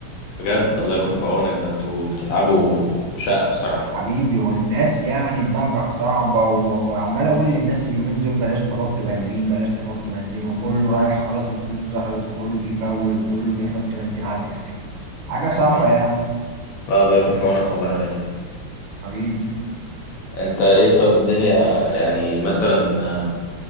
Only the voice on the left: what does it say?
بجد الله يكون في عونك ده انتوا بتتعبوا شقة بصراحة
طبعا
لا الله يكون في عونك والله يا غالي
انت ايه طيب الدنيا يعني مثلا آه،